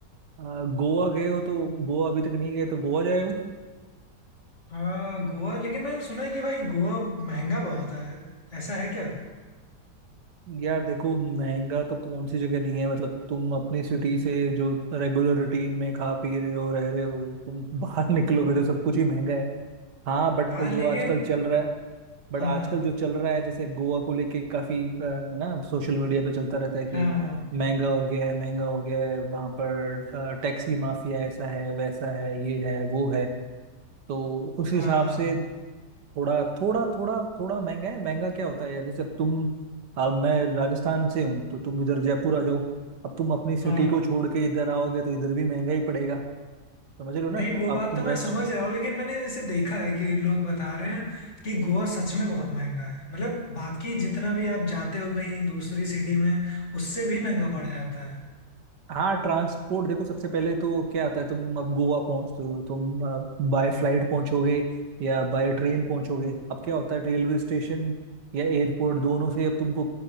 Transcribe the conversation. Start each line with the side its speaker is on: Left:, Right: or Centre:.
Right: अ, गोवा गए हो तो गोवा अभी तक नहीं गए तो गोवा जाए
Left: हाँ गोवा लेकिन मैंने सुना है कि भाई गोवा महंगा बहुत है ऐसा है क्या
Right: यार देखो महंगा तो कौन सी जगह नहीं है मतलब तुम अपनी सिटी से जो रेगुलर रूटीन में खा पी रहे हो रह रहे हो तुम बाहर <laughs> निकलोगे तो सब कुछ ही महंगा है हाँ बट
Left: हाँ
Right: जो
Left: लेकिन
Right: आजकल चल रहा है बट
Left: हाँ
Right: आजकल जो चल रहा है जैसे गोवा को लेके काफी अ, है ना सोशल मीडिया पे चलता रहता है कि
Left: हाँ
Right: महंगा हो गया है महंगा हो गया है वहां पर अ, टैक्सी माफिया ऐसा है वैसा है ये है वो है तो उस
Left: हाँ
Right: हिसाब से थोड़ा थोड़ा थोड़ा थोड़ा महंगा है महंगा क्या होता है यार जैसे अब तुम अब मैं राजस्थान से हूँ तो तुम इधर जयपुर आ जाओ अब तुम अपनी सिटी
Left: हाँ
Right: को छोड़ के इधर आओगे तो इधर भी महंगा ही पड़ेगा समझ रहे हो ना
Left: नहीं वो बात
Right: अब तुम
Left: तो मैं
Right: रह
Left: समझ रहा हूँ लेकिन मैंने इसे देखा है कि लोग बता रहे हैं कि गोवा सच में बहुत महंगा है मतलब बाकी जितना भी आप जाते हो कहीं दूसरी सिटी में उससे भी महंगा पड़ जाता है
Right: हाँ ट्रांसपोर्ट देखो सबसे पहले तो क्या आता है तुम अब गोवा पहुंचते हो तुम बाय फ्लाइट पहुंचोगे या बाय ट्रेन पहुंचोगे अब क्या होता है रेलवे स्टेशन या एयरपोर्ट दोनों से अब तुमको